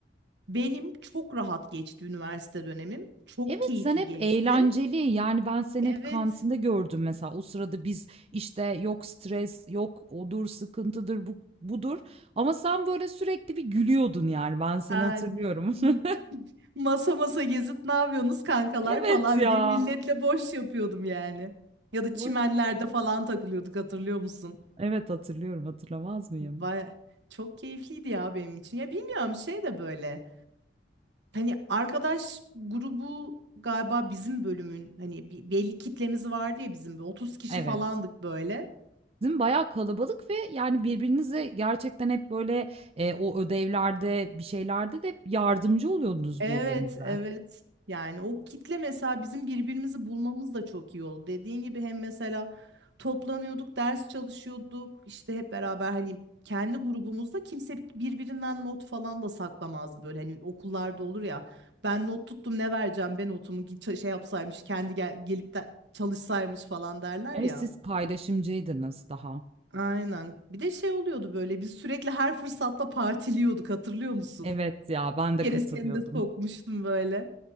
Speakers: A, on the right; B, on the right.
A: benim çok rahat geçti üniversite dönemim. Çok
B: Evet,
A: keyifli
B: sen hep
A: geçti.
B: eğlenceli, yani, ben seni
A: Evet.
B: hep kantinde gördüm mesela. O sırada biz, işte, yok stres, yok odur, sıkıntıdır, bu budur ama sen böyle sürekli bir gülüyordun, yani, ben seni
A: Yani
B: hatırlıyorum. <laughs>
A: <laughs> masa masa gezip ne yapıyorsunuz kankalar
B: Evet
A: falan
B: ya.
A: diye milletle boş yapıyordum yani. Ya da
B: Vay
A: çimenlerde falan takılıyorduk hatırlıyor musun?
B: Evet, hatırlıyorum, hatırlamaz mıyım?
A: Baya çok keyifliydi ya benim için. Ya bilmiyorum şey de böyle. Hani arkadaş grubu galiba bizim bölümün hani bir- belli kitlemiz vardı ya bizim 30 kişi
B: Evet.
A: falandık böyle.
B: Sizin bayağı kalabalık ve, yani, birbirinize gerçekten hep böyle, eee, o ödevlerde, bir şeylerde de hep yardımcı oluyordunuz
A: Evet,
B: birbirinize.
A: evet. Yani o kitle mesela bizim birbirimizi bulmamız da çok iyi oldu. Dediğin gibi hem mesela toplanıyorduk, ders çalışıyorduk. işte hep beraber hani kendi grubumuzda kimse birbirinden not falan da saklamazdı böyle. Hani okullarda olur ya. Ben not tuttum ne vereceğim ben notumu git ça- şey yapsaymış kendi gel gelip de çalışsaymış falan derler
B: Evet,
A: ya.
B: siz paylaşımcıydınız daha.
A: Aynen. Bir de şey oluyordu böyle biz sürekli her fırsatta partiliyorduk hatırlıyor musun?
B: Evet ya, ben de
A: Bir
B: katılıyordum.
A: kere seni de sokmuştum böyle.